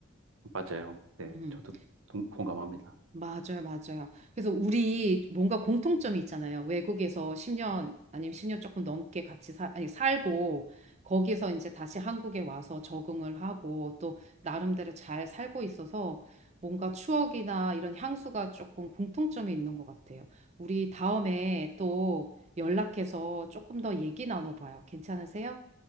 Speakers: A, on the right; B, on the right.
A: 맞아요. 네,
B: 음.
A: 저도 동- 공감합니다.
B: 맞아요, 맞아요. 그래서 우리 뭔가 공통점이 있잖아요. 외국에서 10년 아니면 10년 조금 넘게 같이 사, 아니, 살고 거기서 이제 다시 한국에 와서 적응을 하고 또 나름대로 잘 살고 있어서 뭔가 추억이나 이런 향수가 조금 공통점이 있는 것 같아요. 우리 다음에 또 연락해서 조금 더 얘기 나눠봐요. 괜찮으세요?